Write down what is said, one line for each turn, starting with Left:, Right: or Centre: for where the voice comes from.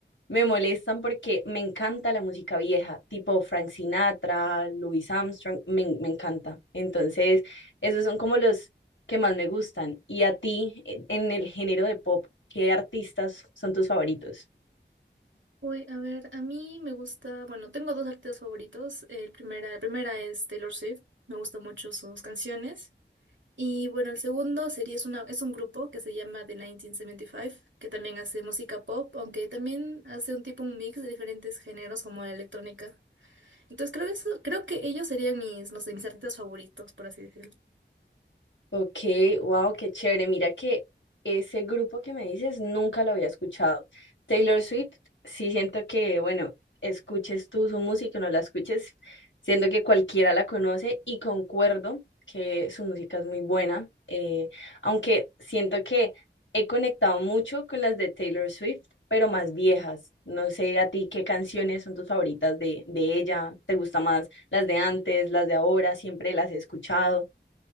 Left: me molestan porque me encanta la música vieja, tipo Frank Sinatra, Louis Armstrong, me, me encanta. Entonces, esos son como los que más me gustan. Y a ti, en en el género de pop, ¿qué artistas son tus favoritos?
Right: Uy, a ver, a mí me gusta, bueno, tengo dos artistas favoritos. El primera, la primera es Taylor Swift, me gustan mucho sus canciones. Y bueno, el segundo sería, es una, es un grupo que se llama The 1975, que también hace música pop, aunque también hace un tipo, un mix de diferentes géneros como la electrónica. Entonces creo que eso, creo que ellos serían mis, no sé, mis artistas favoritos, por así decirlo.
Left: Ok, wow, qué chévere. Mira que ese grupo que me dices nunca lo había escuchado. Taylor Swift, sí siento que, bueno, escuches tú su música, o no la escuches, siento que cualquiera la conoce y concuerdo que su música es muy buena, eh, aunque siento que he conectado mucho con las de Taylor Swift, pero más viejas. No sé a ti qué canciones son tus favoritas de, de ella, ¿te gusta más las de antes, las de ahora? ¿Siempre las he escuchado?